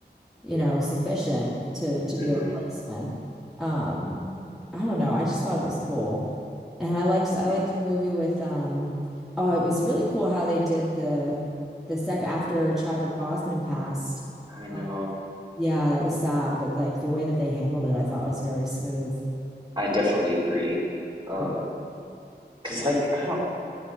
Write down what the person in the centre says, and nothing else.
you know, sufficient to to be
a replacement. Um, I don't know. I just thought it was cool. And I liked
I liked the movie with um oh, it was really cool how they did the the sec after Chadwick Boseman passed.
uh, Yeah, that was sad, but like the way that they handled it, I thought was very smooth.
Like,